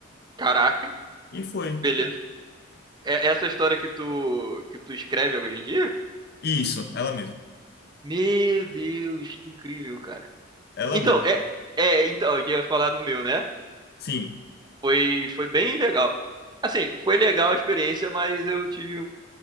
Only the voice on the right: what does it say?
Caraca,
beleza. É essa história que tu que tu escreve hoje em dia?
Meu Deus, que incrível, cara.
Então,
é, é então, eu ia falar do meu, né?
Foi foi bem legal. Assim, foi legal a experiência, mas eu tive